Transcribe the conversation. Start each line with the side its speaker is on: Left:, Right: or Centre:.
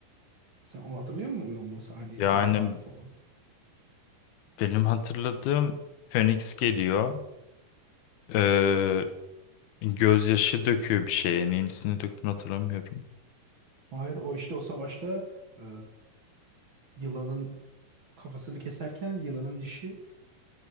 Right: Sen o hatırlıyor musun o sahneyi
Left: Yani
Right: Tom Riddle falan?
Left: benim hatırladığım Phoenix geliyor. Ee, gözyaşı döküyor bir şeye. Neyin üstüne döktüğünü hatırlamıyorum.
Right: Hayır o işte o savaşta e, yılanın Kafasını keserken yılanın dişi